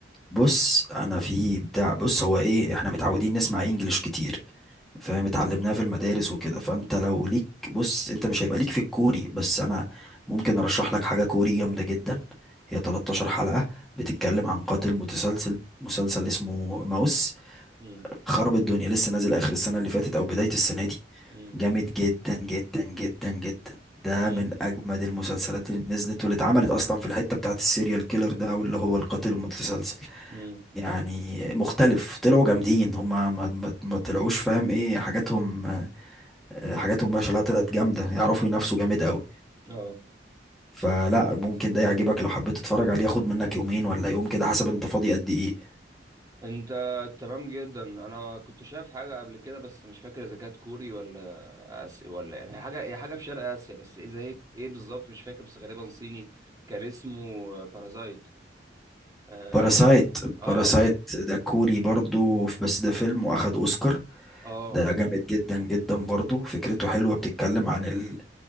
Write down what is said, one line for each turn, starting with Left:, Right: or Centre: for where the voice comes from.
Centre: بص انا في بتاع بص هو ايه احنا متعودين نسمع انجليش كتير فاهم اتعلمناها في المدارس وكده فانت لو ليك بص انت مش هيبقى ليك في الكوري بس انا ممكن ارشح لك حاجة كوري جامدة جدا هي 13 حلقة بتتكلم عن قاتل متسلسل مسلسل اسمه ماوس
Right: امم
Centre: خرب الدنيا لسه نازل اخر السنة اللي فاتت او بداية السنة دي
Right: امم
Centre: جامد جدا جدا جدا جدا ده
Right: امم
Centre: من اجمد المسلسلات اللي نزلت واللي اتعملت اصلا في الحتة بتاعت السيريال كيلر ده او اللي هو القاتل المتسلسل
Right: امم
Centre: يعني مختلف طلعوا جامدين هما ما, ما, ما طلعوش فاهم ايه حاجاتهم آه، حاجاتهم ما شاء الله طلعت جامده يعرفوا ينافسوا جامد قوي
Right: اه
Centre: فلا ممكن ده يعجبك لو حبيت تتفرج عليه ياخد منك يومين ولا يوم كده حسب انت فاضي قد ايه
Right: انت تمام جدا انا كنت شايف حاجه قبل كده بس مش فاكر اذا كانت كوري ولا أس... ولا يعني هي حاجه هي حاجه في شرق اسيا بس اذا هيك ايه إيه بالظبط مش فاكر بس غالبا صيني كان اسمه بارازايت آه
Centre: باراسايت
Right: لو اسم اه
Centre: باراسايت ده كوري برضو بس ده فيلم واخد اوسكار
Right: اه
Centre: ده جامد جدا جدا برضو فكرته حلوه بتتكلم عن ال...